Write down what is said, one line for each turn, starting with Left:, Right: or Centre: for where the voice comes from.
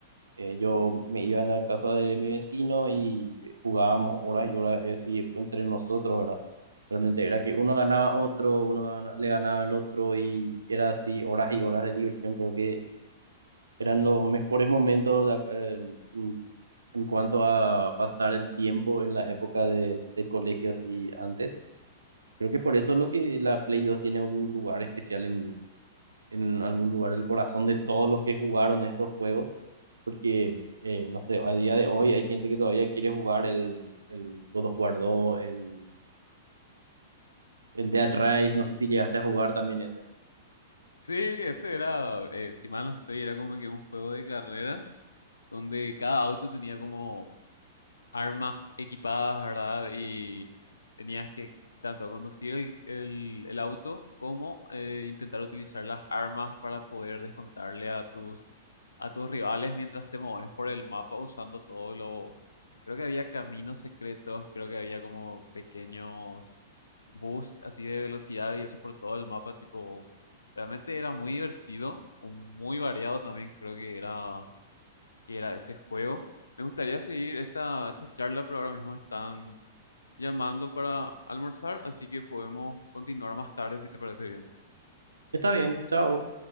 Right: eh, yo me iba a la casa de mi vecino y jugábamos horas y horas así entre nosotros, ¿verdad? Realmente era que uno ganaba a otro, uno gana- le ganaba al otro y era así horas y horas de diversión. Creo que eran los mejores momentos de ac- en, en- en cuanto a pasar el tiempo en la época de, de colegios y antes. Creo que por eso es lo que la Play dos tiene un lugar especial en, en algún lugar del corazón de todos los que jugaron estos juegos porque, eh, no sé, a día de hoy hay gente que todavía quiere jugar el, el God of War 2, el, el Dead Rise, no sé si llegaste a jugar también ese.
Left: Sí, ese era, eh, si mal no estoy, era como que un juego de carreras donde cada auto tenía como armas equipadas, ¿verdad? Y tenías que tanto conducir el, el- el auto como eh, intentar utilizar las armas para poder descontarle a tus, a tus rivales mientras te mueves por el mapa usando todos los... Creo que había caminos secretos, creo que había como pequeños boosts así de velocidad y eso por todo el mapa, tipo, realmente era muy divertido, o muy variado también, creo que era que era de ese juego. Me gustaría seguir esta, esta charla, pero ahora mismo están llamando para almorzar, así que podemos continuar más tarde si te parece bien.
Right: Está bien, chao.